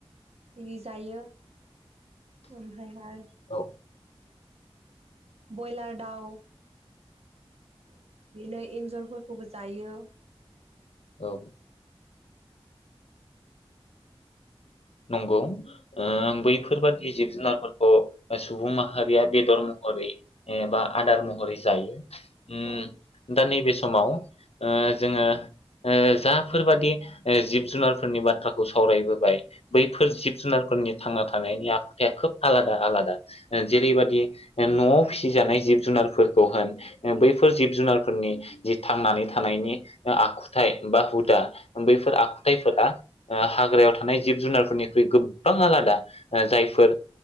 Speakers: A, on the right; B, on the left.
A: इदि जायो ओमफ्रायहाय,
B: औ
A: बयलार दाउ, बेनो एनजर, फोरखौबो जायो,
B: औ नंगौ ओ बैफोरबादि जिब जुनारफोरखौ सुबुं माहारिया बेदर महरै एबा आदार महरै जायो। ओम
A: औ
B: दा नै बे स समाव ओ जोङो ओ जाफोरबादि जिब जुनारफोरनि बाथ्राखौ सावरायबोबाय बैफोर जिब जुनारफोरनि थांना थानायनि आखुथाया खोब आलादा आलादा ओ जेरैबादि ओ न'आव फिसिजानाय जिब जुनारफोरखौहाय ओ बैफोर जिब जुनारफोरनि जि थांनानै थानायनि ओ आखुथायाइ बा हुदा बैफोर आखुथायाइफोरा ओ हाग्रायाव थानाय, जिब जुनारफोरनिख्रुइ गोबां आलादा जायफोर